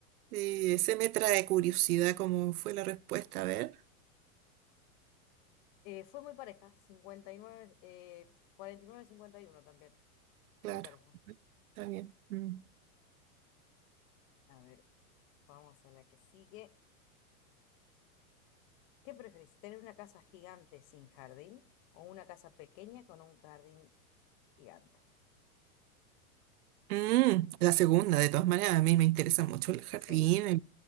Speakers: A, on the right; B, on the left.
A: sí, se me trae curiosidad cómo fue la respuesta, a ver,
B: Eh, fue muy pareja, 59 eh, cuarenta y nueve cincuenta y uno también,
A: claro,
B: muy pareja.
A: está bien. Mm.
B: A ver, vamos a la que sigue. ¿Qué preferís? ¿Tener una casa gigante sin jardín o una casa pequeña con un jardín gigante?
A: Mm, la segunda, de todas maneras, a mí me interesa mucho el jardín,
B: Sí,
A: el-